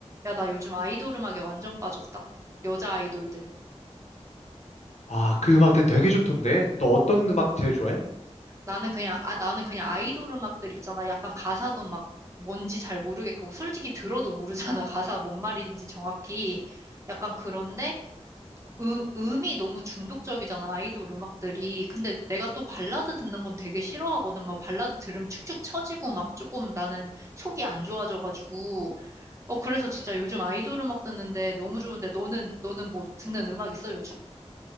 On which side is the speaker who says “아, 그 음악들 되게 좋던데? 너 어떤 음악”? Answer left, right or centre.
Left